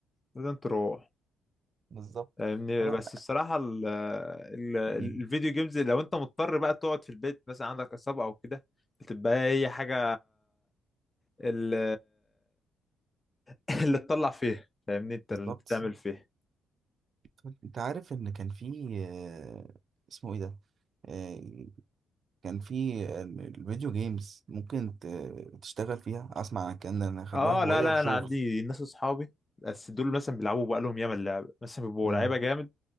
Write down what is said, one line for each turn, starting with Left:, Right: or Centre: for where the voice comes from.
Left: لازم تروح
Right: بالظبط
Left: فاهمني
Right: فلا
Left: بس الصراحة ال ال الفيديو
Right: مم.
Left: جيمز لو انت مضطر بقى تقعد في البيت مثلا عندك إصابة او كده بتبقى هي حاجة ال- <laughs> اللي تطلع فيها فاهمني انت
Right: بالظبط
Left: اللي تعمل فيها
Right: طب انت عارف ان كان في آه، اسمه ايه ده آه، كان في آه، الفيديو جيمز ممكن ت- تشتغل فيها اسمع عن الكلام ده إن خلوها
Left: اه
Right: هوايه
Left: لا لا
Right: وشغل
Left: انا عندي ناس اصحابي بس دول مثلا بيلعبوا بقالهم ياما اللعبة مثلا بيبقوا
Right: مم.
Left: لعيبة جامد